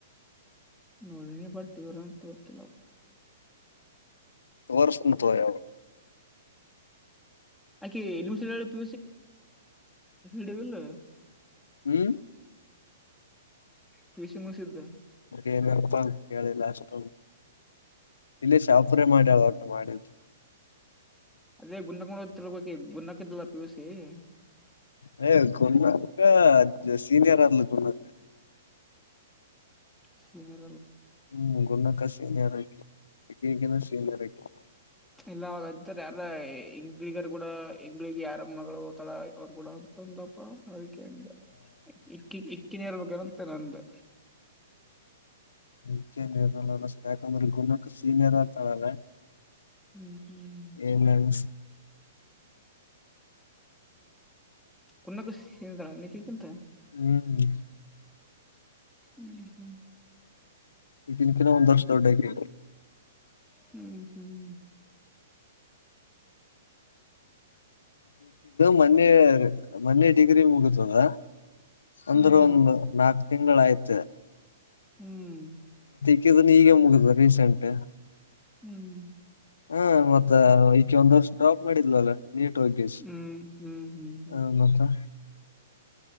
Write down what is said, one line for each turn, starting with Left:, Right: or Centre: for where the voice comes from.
Centre: ನೋಡಿನಿ ಬಟ್ ಇವರ ಅಂತ ಗೊತ್ತಿಲ್ಲ.
Left: ವರ್ಷನು ತೋಯಾವ
Centre: ಆಕಿ ಲುಸಳ ಪ ಭಡ <unintelligible>
Left: ಹ್ಮ್
Centre: ಪಿಯುಸಿ ಮುಗೀಸಿದ್ಲ.
Left: ಏನಿಲಪ್ಪ ಕೇಳದೆ ಲಾಷ್ಟ ಇಲ್ಲೇ ಶಾಪುರೆ ಮಾಡ್ಯಳ ಒಟ್ಟ ಮಾಡಿದ್ದು.
Centre: ಅದೇ ಗುಂಡಕ್ ನದ ತಿಬೇಕಿ ಗುಂಡಕಿದ್ದಲ್ಲ ಪೀಿವಸಿ <unintelligible>
Left: ಅಯ ಗುನ್ನಕ್ಕ ಸೀನಿಯರ್ ಆದ್ಲು ಗುನ್ನಕ್ಕ.
Centre: ಸಿನಿಯರ್
Left: ಹ್ಮ ಗುನ್ನಕ್ಕ ಸೀನಿಯರ್ ಅಕೀ ಅಕಿನ್ಕಿನ ಸೀನಿಯರ್ ಅಕೀ
Centre: ಇಲ್ಲ ಅವಾಗ ಅಂತಿರ ಯಾರ ಇಂಗ್ಳಿಗರ ಗೂಡ ಇಂಗ್ಳಿಗೆ ಯಾರಮ್ಮಗಳು ಹೊತಳ ಅವ್ರುಗೂಡ. ಅಂತ ಅಂದಲ್ಪ ಅದಿಕೆ ಅಂದೆ ಇಕಿ ಇಕ್ಕಿನೆಯಿರಬೇಕನ ತ್ತನಂದೆ
Left: ಹ ಇಕಿಯೆನ್ ಇರಲಲ್ಲ ಯಾಕಂದ್ರ ಗುನಕ್ಕ ಸೀನಿಯರ್ ಆತಳಲ್ಲ.
Centre: ಹ್ಮ್ ಹ್ಮ್
Left: ಏ ನನ್ಸ್
Centre: ಕುನ್ನ ಬ ಸಿಂತ <unintelligible>
Left: ಹ್ಮ್
Centre: ಹ್ಮ್ ಹ್ಮ್
Left: ಈಕೀನಕಿನ ಒಂದ ವರ್ಷ ದೊಡ್ಡಕೀ.
Centre: ಹ್ಮ್ ಹ್ಮ್
Left: ಮನ್ನೆ ಮನ್ನೆ ಡಿಗ್ರಿ ಮುಗದದ ಅಂದ್ರ
Centre: ಹ್ಮ್
Left: ಒಂದು ನಾಕ್. ತಿಂಗಳಾಯ್ತು.
Centre: ಹ್ಮ್
Left: ಅಕಿದನೂ ಈಗೆ ಮುಗುದದ ರೀಸೆಂಟ್.
Centre: ಹ್ಮ್
Left: ಹ ಮತ್ತ ಈಕೆ ಒಂದ್ ವರ್ಷ ಡ್ರಾಪ್ ಮಾಡಿದ್ಲಲ್ಲ. ನೀಟ್ ಟು ದಿಸ್
Centre: ಹ್ಮ್ ಹ್ಮ್ ಹ್ಮ್
Left: ಹ ಮತ್ತ? <unintelligible>